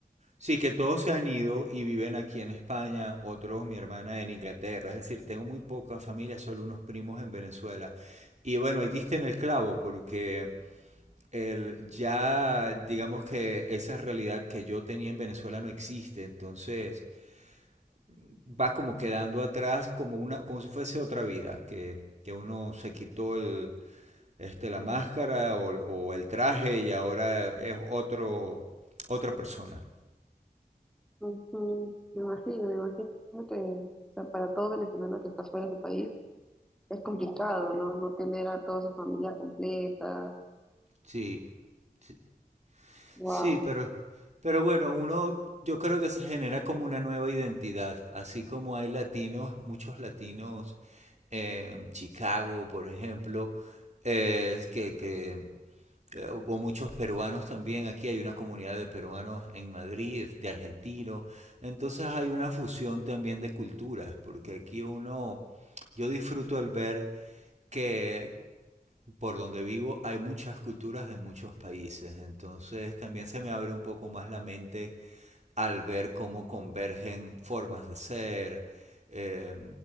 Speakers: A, on the right; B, in the centre.
A: Sí, que todos se han ido y viven aquí en España, otros, mi hermana, en Inglaterra. Es decir, tengo muy poca familia, solo unos primos en Venezuela. Y bueno, ahí diste en el clavo, porque el, ya digamos que esa realidad que yo tenía en Venezuela no existe, entonces va como quedando atrás como una, como si fuese otra vida, que, que uno se quitó el, este, la máscara o, o el traje y ahora es otro, otra persona.
B: Ujú, Me imagino, me imagino que, o sea, para todo venezolano que está fuera de su país, es complicado, ¿no? No tener a toda su familia completa.
A: Sí, sí,
B: Wow.
A: sí, pero, pero bueno, uno yo creo que se genera como una nueva identidad, así como hay latinos, muchos latinos eh, Chicago, por ejemplo, eh, que, que eh, o muchos peruanos también. Aquí hay una comunidad de peruanos en Madrid, de argentinos. Entonces hay una fusión también de culturas, porque aquí uno, yo disfruto al ver que por donde vivo hay muchas culturas de muchos países. Entonces también se me abre un poco más la mente al ver cómo convergen formas de ser, eh,